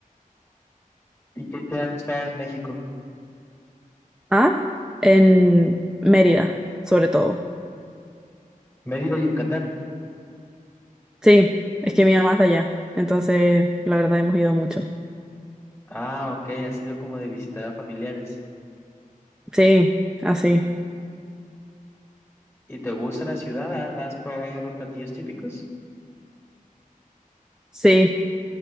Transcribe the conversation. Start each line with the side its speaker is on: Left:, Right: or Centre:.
Left: ¿Y qué te ha gustado de México?
Centre: Ah, en Mérida, sobre todo.
Left: Mérida, Yucatán.
Centre: Sí, es que mi mamá es de allá, entonces la verdad hemos ido mucho.
Left: Ah, ok, ha sido como de visitar a familiares.
Centre: Sí, así.
Left: ¿Y te gusta la ciudad? ¿Ha- ¿Has probado los platillos típicos?
Centre: Sí,